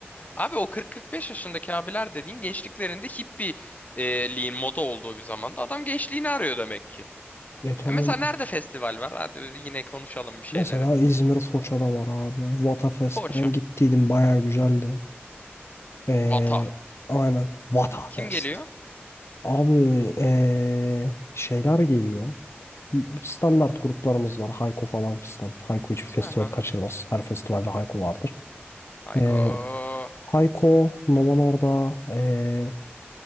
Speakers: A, on the left; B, on the left.
A: Abi o 40-45 yaşındaki abiler dediğin gençliklerinde hippieliğin moda olduğu bir zamanda adam gençliğini arıyor demek ki.
B: E tamam.
A: E mesela nerede festival var? Hadi yine konuşalım bir şeyleri.
B: Mesela İzmir Foça'da var abi. Vatafest.
A: Foça.
B: Ben gittiydim. Bayağı güzeldi. Ee,
A: Vata.
B: aynen. Vatafest.
A: Kim geliyor?
B: Abi eee, şeyler geliyor. Standart gruplarımız var. Hayko falan fistan. Hayko hiçbir festival
A: Aha.
B: kaçırmaz. Her festivalde Hayko vardır.
A: Hayko.
B: Eee Hayko, Noman Orada, eee,